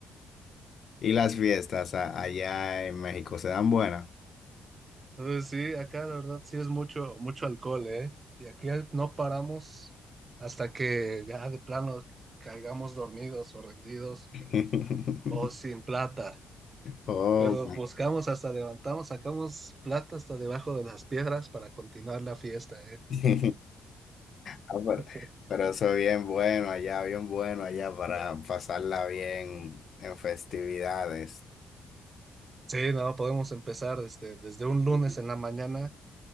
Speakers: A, on the left (about 50°); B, on the right (about 35°).
A: Y las fiestas a- allá en México se dan buenas.
B: Entonces, sí, acá la verdad sí es mucho, mucho alcohol, ¿eh? Y aquí al- no paramos hasta que ya de plano caigamos dormidos o rendidos
A: <laughs>
B: o sin plata.
A: Oh,
B: Pero buscamos hasta levantamos, sacamos plata hasta debajo de las piedras para continuar la fiesta,
A: <laughs> Ah, pero,
B: ¿eh?
A: pero eso bien bueno allá, bien bueno allá para pasarla bien en festividades.
B: Sí, no, podemos empezar este, desde un lunes en la mañana